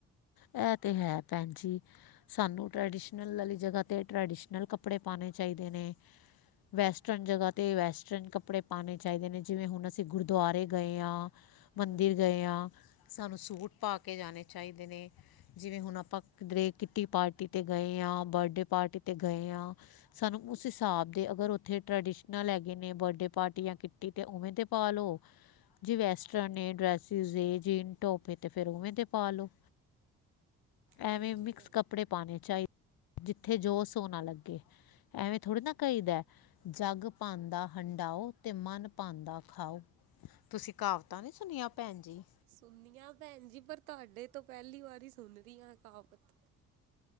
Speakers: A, on the left; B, on the right.
A: ਐ 'ਤੇ ਹੈ ਭੈਣ ਜੀ। ਸਾਨੂੰ ਟਰਡੀਸ਼ਨਲ ਆਲੀ ਜਗਾ 'ਤੇ ਟਰਡੀਸ਼ਨਲ ਕੱਪੜੇ ਪਾਨੇ ਚਾਈਦੇ ਨੇ ਵੈਸਟਰਨ ਜਗਾ 'ਤੇ ਵੈਸਟਰਨ ਕੱਪੜੇ ਪਾਨੇ ਚਾਈਦੇ ਨੇ ਜਿਵੇਂ ਹੁਣ ਅਸੀਂ ਗੁਰਦੁਆਰੇ ਗਏ ਆ ਮੰਦਿਰ
B: ਹਾਂਜੀ
A: ਗਏ ਆ ਸਾਨੂੰ ਸੂਟ ਪਾ ਕੇ ਜਾਣੇ ਚਾਈਦੇ ਨੇ। ਜਿਵੇਂ ਹੁਣ ਆਪਾਂ ਕਿਧਰੇ ਕਿੱਟੀ ਪਾਰਟੀ 'ਤੇ ਗਏ ਆ, ਬਰਡੇ ਪਾਰਟੀ 'ਤੇ ਗਏ ਆ। ਸਾਨੂੰ ਉਸ ਹਿਸਾਬ ਦੇ ਅਗਰ ਉੱਥੇ ਟਰੈਡੀਸ਼ਨਲ ਹੈਗੇ ਨੇ ਬਰਡੇ ਪਾਰਟੀ ਜਾਂ ਕਿ ਟੀ 'ਤੇ ਉਵੇਂ ਦੇ ਪਾ ਲੋ ਜੇ ਵੈਸਟਰਨ ਏ, ਡਰੈਸਿਸ ਏ, ਜੀਨ ਟੋਪ ਏ 'ਤੇ ਫੇਰ ਉਵੇਂ ਦੇ ਪਾਲੋ।
B: ਹਾਂਜੀ
A: ਐਵੇਂ ਮਿਕਸ
B: ਭੈਣ
A: ਕੱਪੜੇ ਪਾਣੇ ਚਾਈ, ਜਿੱਥੇ ਜੋ ਸੋਨਾ ਲੱਗੇ। ਐਵੇਂ ਥੋੜੀ ਨਾ ਕਈ‌ ਦੈ। ਜਗ ਭਾਉਂਦਾ ਹੰਢਾਓ 'ਤੇ ਮਨ ਭਾਉਂਦਾ ਖਾਓ। ਤੁਸੀਂ ਕਹਾਵਤਾਂ ਨੀ ਸੁਣੀਆਂ ਭੈਣ ਜੀ?
B: ਸੁਣੀ ਆ ਭੈਣ ਜੀ ਪਰ ਤੁਹਾਡੇ ਤੋਂ ਪਹਿਲੀ ਵਾਰੀ ਸੁਣ ਰੀਆ ਕਹਾਵਤ।